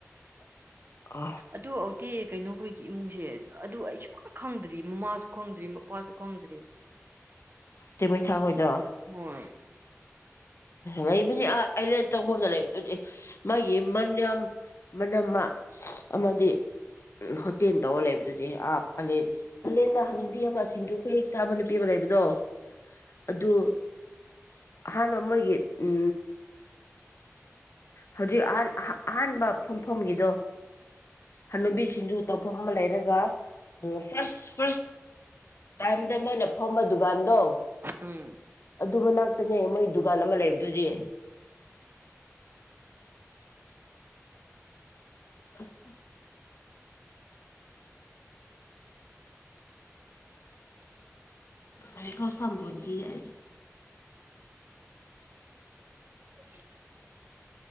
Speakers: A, on the left (about 55°); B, on the right (about 45°).
A: ꯑ
B: ꯑꯗꯨ ꯍꯧꯥꯎꯗꯤꯤ ꯀꯩꯅꯣꯈꯣꯏꯒꯤ ꯏꯃꯨꯡꯁꯦ ꯑꯗꯨ ꯑꯩ ꯁꯨꯛ ꯈꯪꯗ꯭ꯔꯤ ꯃꯃꯥꯁꯨ ꯈꯪꯗ꯭ꯔꯤ ꯃꯄꯥꯁꯨ ꯈꯪꯗ꯭ꯔꯤ
A: ꯇꯃꯤ ꯊꯥ ꯈꯖꯣ
B: ꯍꯣꯏ
A: ꯂꯩꯕꯅꯤ ꯑ ꯑꯂꯦꯟ ꯇꯧꯐꯝꯗ ꯂꯩꯕꯗꯨꯗꯤ ꯃꯥꯒꯤ ꯃꯅꯌꯥꯝ ꯃꯅꯝꯃ ꯑꯃꯗꯤ ꯍꯣꯇꯦꯜ ꯇꯧꯔ ꯂꯩꯕꯗꯨꯗꯤ ꯑꯥ ꯄꯥꯂꯦꯟ ꯄꯂꯦꯟꯗ ꯍꯅꯕꯤ ꯑꯃ ꯁꯤꯡꯖꯨ ꯈꯨꯌꯦꯛꯦꯛ ꯆꯥꯕ ꯅꯨꯄꯤ ꯑꯃ ꯂꯩꯕꯗꯣ ꯑꯗꯨ ꯍ ꯃꯥ ꯃꯌꯦꯛꯠ ꯎ ꯍꯧꯖꯤꯛ ꯑꯍ ꯑꯍꯥꯟꯕ ꯐꯝꯐꯝꯒꯤꯗꯣ ꯍꯅꯕꯤ ꯁꯤꯡꯖꯨ ꯇꯧꯐꯝ ꯑꯃ ꯂꯩꯔꯒ ꯐꯥꯔꯁ ꯐꯥꯔꯁ ꯇꯥꯏꯝꯗ ꯑꯃꯅ ꯐꯝꯕ ꯗꯨꯀꯥꯟꯗꯣ
B: ꯎꯝ
A: ꯑꯗꯨ ꯃꯅꯥꯛꯇꯅꯦ ꯃꯣꯏ ꯗꯨꯀꯥꯟ ꯑꯃ ꯂꯩꯕꯗꯨꯗꯤ ꯑ <unintelligible>
B: <inaudible>
A: ꯑꯩ ꯀ ꯁꯝꯝꯕꯒꯤ <unintelligible>
B: <inaudible>